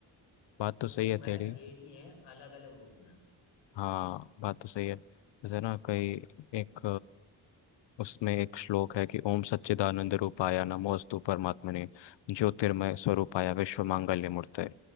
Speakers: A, on the left; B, on the left.
A: बात तो
B: तू
A: सही है
B: मैं
A: तेरी
B: एक ही है अलग अलग रूप में
A: हाँ बात तो सही है जैसे ना कई एक अ, उसमें एक श्लोक है कि ओम सच्चिदानंद रूपाय नमोस्तु परमात्मने ज्योतिर्मय स्वरूपाय विश्व मांगल्य मूर्तये